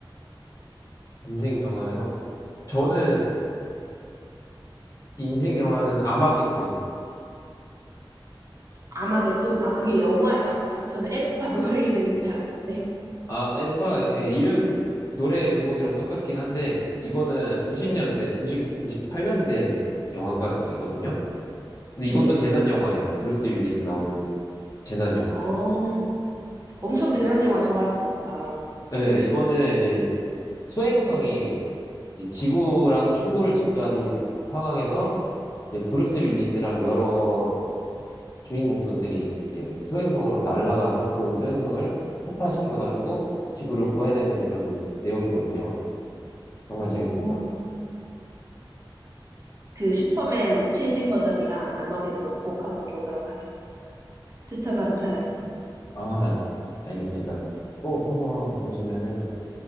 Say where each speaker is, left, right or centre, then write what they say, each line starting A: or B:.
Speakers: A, on the left; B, on the right.
A: 인생 영화요. 저는 인생 영화는 아마겟돈.
B: 아마겟돈. 아, 그게 영화예요? 약간 저는 에스파 <laughs> 노래 이름인 줄 알았는데.
A: 아, 에스파 예, 이름 노래 제목이랑 똑같긴 한데 이거는 90년대,
B: 네,
A: 9 98년대 영화가이거든요. 근데 이것도
B: 네.
A: 재난 영화예요. 브루스 윌리스 나오는 재난 영화.
B: 어, 엄청 재난 영화 좋아하시나 보다.
A: 예, 이거는 이제 소행성이 이 지구랑 충돌 직전인 상황에서 이제 브루스 윌리스랑 여러 주인공분들이 이 소행성으로 날아가서 그 소행성을 폭파시켜가지고 지구를 구해내는 그런 내용이거든요. 정말
B: 어,
A: 재밌습니다.
B: 그 슈퍼맨 최신 버전이랑 아마겟돈 꼭 한번 보도록 하겠습니다. 추천 감사해요.
A: 아, 알겠습니다. 꼭 한번 보시면은